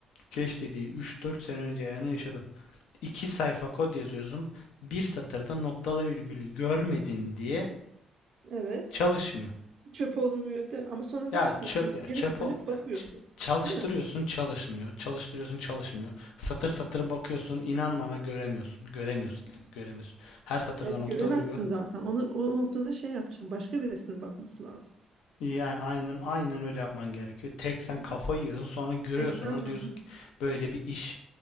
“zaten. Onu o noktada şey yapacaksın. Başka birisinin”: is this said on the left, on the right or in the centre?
Right